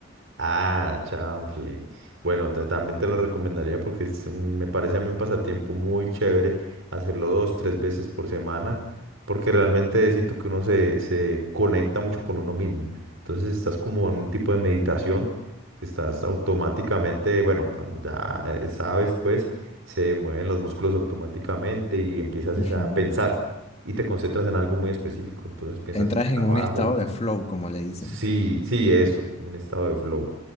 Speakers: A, on the right; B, on the left.
A: Ah, chanfle. Bueno, te- también te lo recomendaría porque es un- me parece a mí un pasatiempo muy chévere hacerlo dos, tres veces por semana, porque realmente siento que uno se, se conecta mucho con uno mismo. Entonces estás como en un tipo de meditación que estás automáticamente, bueno, cuando ya eh, sabes, pues se mueven los músculos automáticamente y empiezas
B: Ujú.
A: es a pensar y te concentras en algo muy específico. Entonces piensas
B: Entras
A: en trabajo.
B: en un estado de flow, como le dicen.
A: Sí, sí, eso, como un estado de flow.